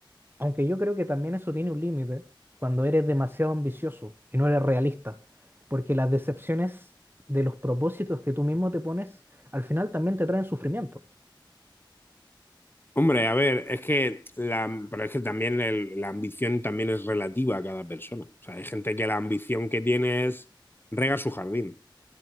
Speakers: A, on the right; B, on the left.
A: Aunque yo creo que también eso tiene un límite cuando eres demasiado ambicioso y no eres realista. Porque las decepciones de los propósitos que tú mismo te pones, al final también te traen sufrimiento.
B: Hombre, a ver, es que la, pero es que también el- la ambición también es relativa a cada persona. O sea, hay gente que la ambición que tiene es regar su jardín.